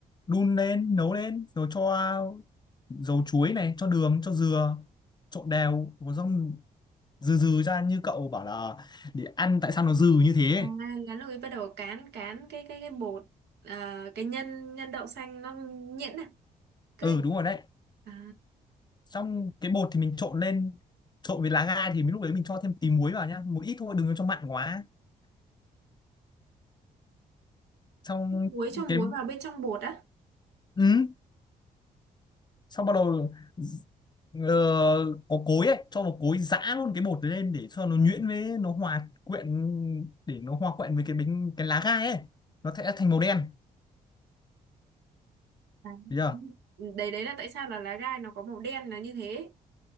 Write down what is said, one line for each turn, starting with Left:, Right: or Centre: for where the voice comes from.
Left: đun lên nấu lên rồi cho dầu chuối này cho đường cho dừa trộn đều có xong dừ dừ ra như cậu bảo là để ăn tại sao nó dừ như thế
Right: à, lá lùi bắt đầu cán cán cái cái cái bột à, cái nhân nhân đậu xanh nó nhuyễn này cứ
Left: ừ đúng rồi đấy
Right: à
Left: xong cái bột thì mình trộn lên trộn với lá gai thì mình lúc đấy mình cho thêm tí muối vào nhá một ít thôi đừng có cho mặn quá xong
Right: muối cho muối
Left: cái
Right: vào bên trong bột á
Left: ừ xong bắt đầu ờ, có cối ấy cho vào cối giã luôn cái bột đấy lên để cho nó nhuyễn với nó hòa quyện để nó hòa quyện với cái bánh cái lá gai ấy nó sẽ thành màu đen
Right: À,
Left: bây giờ
Right: đấy đấy là tại sao là lá gai nó có màu đen là như thế